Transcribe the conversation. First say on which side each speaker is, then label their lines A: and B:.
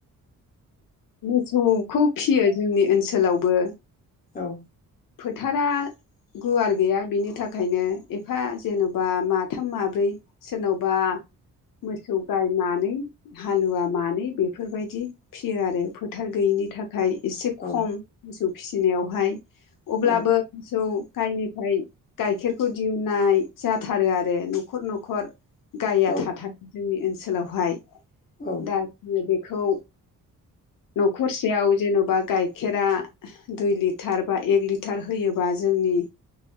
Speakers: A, on the left; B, on the left.
A: मोसौखौ फियो जोंनि ओनसोलावबो
B: औ
A: फोथारा गुवार गैया बिनि थाखायनो एफा जेन'बा माथाम माब्रै सोरनावबा मोसौ गाय मानै हालुवा मानै बेफोरबायदि फियो आरो फोथार गैयिनि था खाय एसे खम
B: औ
A: मोसौ फिसिनायावहाय अब्लाबो
B: औ
A: मोसौ गायनिफ्राय गाइखेरखौ दिहुननाय जाथारो आरो न'खर न'खर गाइया
B: औ
A: थाथार जोंनि ओनसोलावहाय
B: औ
A: दा जोङो बेखौ न'खरसेयाव जेनबा गाइखेरा दुइ लिटार बा एक लिटार होयोबा जोंनि